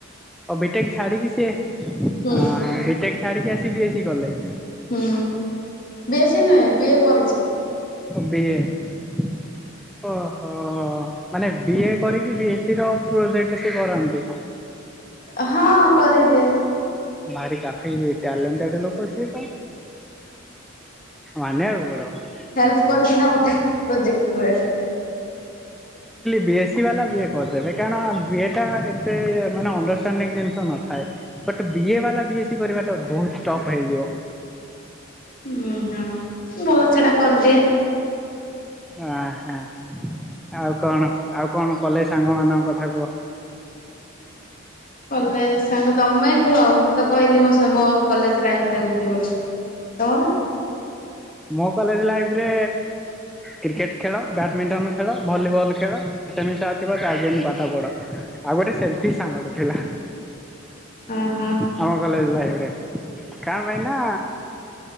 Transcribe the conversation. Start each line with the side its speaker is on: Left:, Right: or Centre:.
Centre: ଆଉ ବିଟେକ ଛାଡିକି ସିଏ
Left: ହୁଁ
Centre: ହଁ ବିଟେକ୍ ଛାଡିକି ଆସିି କି ବି କଲେ।
Left: ହୁଁ ବେଶୀ ନୁହେଁ ବିଏ କରୁଚି।
Centre: ବିଏ । ଓହୋ ମାନେ ବିଏ କରିକି ବି ଥିର ପ୍ରୋଜେକ୍ଟ ସେ କରନ୍ତି।
Left: ହଁ କରିଦିଏ ।
Centre: ଭାରି କାଫେଇ ଟାଲେଣ୍ଟେଡ ଲୋକ ସିଏ ତ ମାନିବାକୁ ପଡ଼ିବ।
Left: ହେଲ୍ପ କରିଥିଲା ମତେ ପ୍ରୋଜେକ୍ଟ ରେ।
Centre: ବିଏସି ବାଲା ବିଏ କରିଦେବେ କାରଣ ବିଏ ଟା ଏତେ ମାନେ ଅଣ୍ଡରଷ୍ଟାଣ୍ଡିଙ୍ଗ ଜିନିଷ ନଥାଏ ବଟ ବିଏ ବାଲା ବିଏସି କରିବା ଟା ବହୁତ ଟପ୍ ହେଇଯିବ।
Left: ଉଁ ହୋଁ ଭଲ ଛଡା କରିଦିଏ।
Centre: ଓ ହ। ଆଉ କଣ ଆଉ କଣ? କଲେ ସାଙ୍ଗ ମାନଙ୍କ କଥା କୁଅ।
Left: କଲେ ସାଙ୍ଗ ତମେ କୁହ ମୁଁ ତ କହିଲି ମୋ ମୋ କଲେଜ ଲାଇଫରେ ଏମିତି ବୋଲି। ତମର?
Centre: ମୁଁ କଲେଜ ଲାଇଫ୍ ରେ କ୍ରିକେଟ୍ ଖେଳ, ବ୍ୟାଡ଼ମିଣ୍ଟନ ଖେଳ, ଭଲିବଲ୍ ଖେଳ, ସେମିଷ୍ଟାର ଥିବ ଚାର ଦିନ ପାଠ ପଢ ଆଉ ଗୋଟେ ସେଲଫିସ ସାଙ୍ଗ ଥିଲା
Left: ଓହୋ
Centre: ଆମ କଲେଜ ଲାଇଫ୍ ରେ। <inaudible> କଣ ଭାଇନା